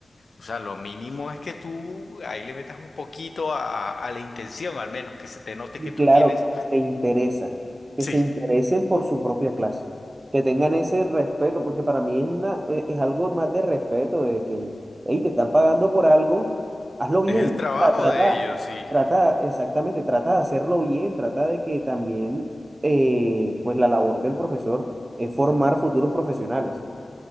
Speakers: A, on the left; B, on the right.
A: O sea, lo mínimo es que tú ahí le metas un poquito a, a la intención, al menos, que se te note
B: Y
A: que tú
B: Claro,
A: tienes.
B: que se interesa, que
A: Sí,
B: se interesen por su propia clase, que tengan ese respeto, porque para mí es una, eh, es algo más de respeto, de que, hey, te están pagando por algo, hazlo bien,
A: es el trabajo
B: o sea, trata,
A: de ellos, sí.
B: trata, exactamente, trata de hacerlo bien, trata de que también, eh, pues la labor del profesor es formar futuros profesionales.